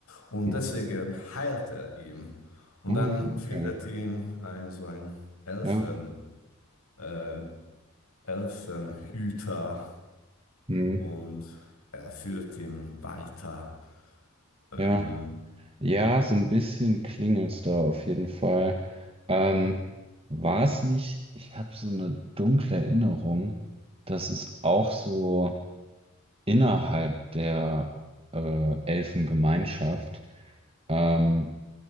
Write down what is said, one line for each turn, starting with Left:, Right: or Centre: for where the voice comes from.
Left: und
Right: Mhm.
Left: deswegen heilt er ihn. Und
Right: Ah,
Left: dann findet
Right: okay.
Left: ihn ein so ein Elfen,
Right: Ja.
Left: äh, Elfenhüter
Right: Mhm.
Left: und er führt ihn weiter. Ähm,
Right: Ja. Ja, so ein bisschen klingelt's da auf jeden Fall. Ähm,
Left: Mhm.
Right: war es nicht, ich habe so eine dunkle Erinnerung, dass es auch so innerhalb der äh, Elfengemeinschaft ähm,